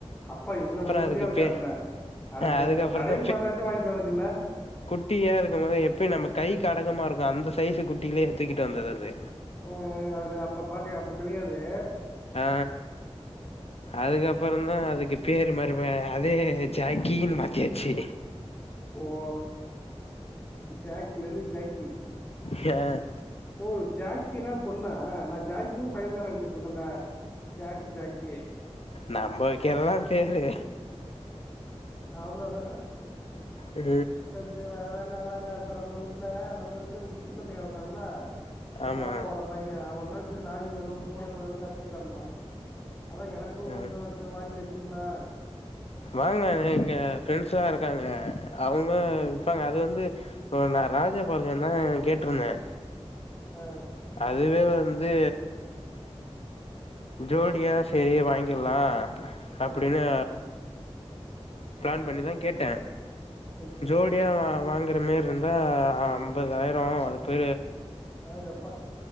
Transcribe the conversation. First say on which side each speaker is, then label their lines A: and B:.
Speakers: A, on the left; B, on the left.
A: அப்பா இவ்வள வெள்ளந்திய
B: அதுக்கு
A: இருகாப்புல
B: பே
A: அட தே
B: அதுக்கப்புறம்
A: பா தடவி பாத்தாச்சு வாங்கிட்டு வறதில்ல
B: குட்டியா இருக்குபோது எப்பயு நம்ம கைக்கு அடக்கமா இருக்கு அந்த சைசு குட்டிலயே தூக்கிட்டு வந்தது அது
A: அ அது அப்ப பாக்க அப்ப தெரியாது.
B: ஆ அதுக்கப்புறந்தா அதுக்கு பேரு மரும அதே ஜாக்கினு மாத்தியாச்சு.
A: ஓ ஜாக்லருந்து ஜாக்கி
B: ஏ
A: ஓ ஜாக்கினா பொண்ணா நா ஜாக்கியு பைய்யந்தா நெனச்சிட்ருந்தன்டா. ஜாக்கு ஜாக்கி
B: நம்ப வெக்கிற தா பேரு
A: அவ்ளோ தா
B: ம்
A: ஜீவா அதாண்டா அதாண்டா இப்ப நம்ம வீட்ல நம்ம வீட்லயு ஒரு சின்ன பைய்ய வந்தான்ல்ல எ
B: ஆமா
A: பாப்பாவோட பைய்யே அவ தா செரி நாய் வேணு பூன வேணுன் கத்தி கெடந்தா அதா எனக்கு
B: அ
A: கொஞ்சோ இத வாங்கி வச்சுக்ளா
B: வாங்கலாங்க இங்க ஃப்ரெண்ட்ஸ்லா இருக்காங்க அவங்க
A: ம்
B: விப்பாங்க அது வந்து இப்ப நா ராஜபாளயம்தா கேட்டுருந்தே.
A: ஆ
B: அதுவே வந்து ஜோடியா சேரி வாங்கிட்லா அப்டின்னு
A: ஆ
B: பிளான் பண்ணிதா கேட்டே.
A: ஓகே
B: ஜோடியா வா வாங்குறமேரி இருந்தா அம்பதாயிரம் அது பெ
A: ஆ எப்பா